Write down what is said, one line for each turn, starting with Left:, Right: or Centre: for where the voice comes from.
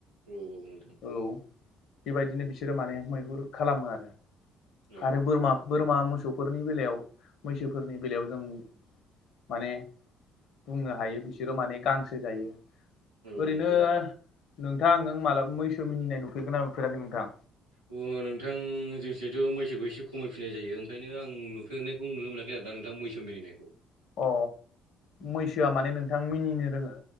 Right: औ गाव नोंथां
Left: औ बेबायदिनो बिसोरो माने मैहुर खालामो आरो
Right: औ
Left: आरो बोरमा बोरमा मोसौफोरनि बेलायाव मैसोफोरनि बेलायाव जों माने बुंनो हायो बिसोरो माने गांसो जायो ओरैनो
Right: औ नोंथां नंगौ
Left: नोंथां नों मालाबा मैसो मिनिनाय नुफेरगोन ना नुफेराखै नोंथां
Right: अ नोंथां जोंसेथ' मैसोखौ एसे खमायफिननाय जायो ओंखायनो आं नु सोनायखौ नुनो मोनाखै आरो दा नोंथां मैसो मिनिनायखौ
Left: अ मैसोआ माने नोंथां मिनिनो रोङो